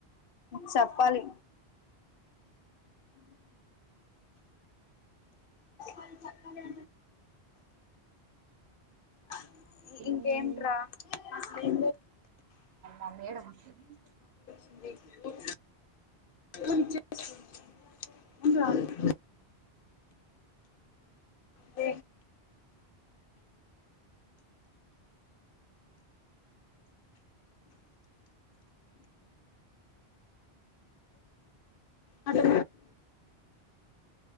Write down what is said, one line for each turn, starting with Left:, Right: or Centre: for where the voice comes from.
Left: చెప్పాలి ాల చాలి అ ఇంకేంట్రా
Right: మ్
Left: ఏ
Right: ఆ మేడం వచ్చింది
Left: <inaudible> అ అ అదే